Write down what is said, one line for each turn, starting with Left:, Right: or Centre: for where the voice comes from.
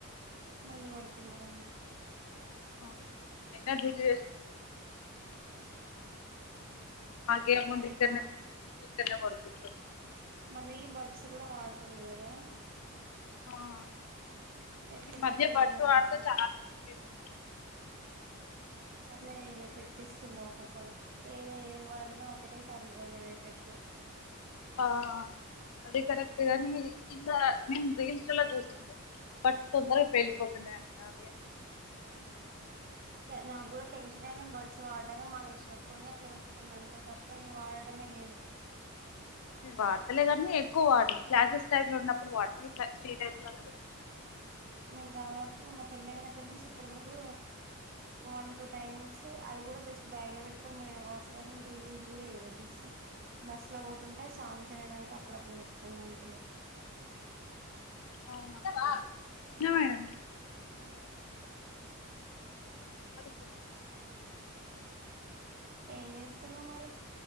Right: మళ్ళీ పడుకున్నాడన్న
Left: అవునా అయినా డ్యూటీ <inaudible> <unintelligible>
Right: అదే
Left: ఇక్కడనే
Right: కా
Left: తీసుకుంటారు ఇక్కడనే పడుకుంటారు
Right: మళ్ళీ ఈ బడ్స్ కూడా వాడ తుండు కదా
Left: ఆ,
Right: ఎప్పటికిీ
Left: ఈ మధ్య
Right: ఫోన్
Left: బట్టు
Right: లో బర్డ్స్
Left: ఆడితే చాలా <inaudible>
Right: అట్లా ఏం ఎఫెక్ట్ ఇస్తుందో ఒకొక్కడు ఏదో ఏది వాడినా ఒకటే సరి ఇవ్వలేదు ఎఫెక్ట్
Left: ఆ అదే కరెక్ట్గానీ ఇంద నేను రీల్స్లా చూస్తుండే ఫస్ తొందరగా పెళ్ళిపోతున్నాయంట <inaudible>
Right: నాకు కూడా టెన్షన్ అయింది, బర్డ్స్ వాడడమే మానేసిన కొని అట్లా పెట్టుకున్నా అంతే తప్ప ఇక వాడడమే లేదు.
Left: నేను వాడతలే గనీ ఎక్కువ వాడను క్లాసెస్ టైమ్ లో ఉన్నప్పుడు వాడిన ఇట్ల ఫ్రీ టైమ్లా
Right: నేను దాదాపు నా పెళ్ళయిన దగ్గర నుంచి ఇప్పటి వరకు, వన్ టూ టైమ్స్ అది కూడా జస్ట్ బ్యాగ్ లో పెట్టుకొని పోయినా కావచ్చు కాని, ఇంకా యూజ్ కూడా వేయలేదు తెలుసా, బస్సు లో పోతుంటే సాంగ్స్ వినడానికి అప్పుడప్పుడు పెట్టుకుని అంతేగా
Left: అవునా ఏ మేడం అడుగు
Right: ఏం జేస్తున్నావ్ మరి